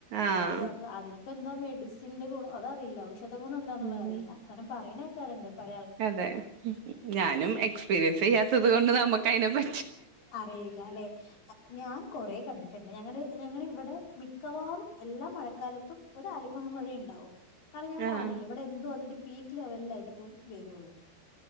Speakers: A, on the right; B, on the left.
A: ആഹ്
B: ഈ രവി വാട്ടർ അതിനും ഇപ്പ എന്താ മെഡിസിന്റെ <unintelligible> അതറിയില്ല <unintelligible> ഗുണം എന്താന്നുള്ളത്
A: ഉം
B: അറിയില്ല അവിടെ പറയണ ക്കാറുണ്ട് പഴേ
A: അതെ ഞാനും എക്സ്പീരിയൻസ് ചെയ്യാത്തത് കൊണ്ട് നമുക്ക് അതിനെ പ
B: അറിയില്ല അല്ലെ ഞാൻ കൊറെ കണ്ടിട്ട് പിന്നെ ഞങ്ങടെ ഞങ്ങടെ ഇവിടെ മിക്കവാറും എല്ലാ മഴക്കാലത്തും ഒരു ആലിപ്പഴം മഴയുണ്ടാവും കാരണം ഞാൻ
A: ആഹ്
B: പറഞ്ഞില്ലേ ഇവിടെ എന്തുവാ അതിന്റെ പീക്ക് ലെവലിലായിരിക്കും വരുള്ളൂ